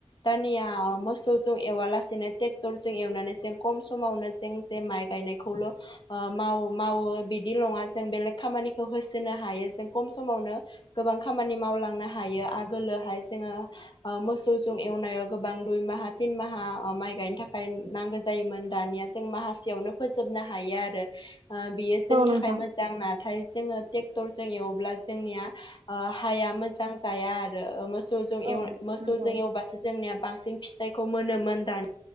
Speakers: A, on the left (about 50°); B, on the right (about 65°).
A: दानिया मोसौजों एवा लासेनो ट्रेक्टरजों एवनानै जों खम समावनो जों जे माइ गायनायखौल' ओं माव-मावो बिदि नङा जों बेलेग खामानिखौ होसोनो हायो जों खम समावनो गोबां खामानि मावलांनो हायो आगोलोहाय जोङो ओं मोसौजों एवनायाव गोबां दुइ माहा तिनमाहा माइ गायनो थाखाय नांगौ जायोमोन दानिया जों माहासेयावनो फोजोबनो हायो आरो ओं बेयो जोंनि
B: औ नोंथां
A: थाखाय मो जां नाथाय जोङो ट्रेक्टरजों एवोब्ला जोंनिया ओ हाया मोजां जाया आरो मो सौ
B: औ
A: मोसौजों
B: नंगौ
A: एवबामो जोंनिया बांसिन फिथाइखौ मोनोमोन दानि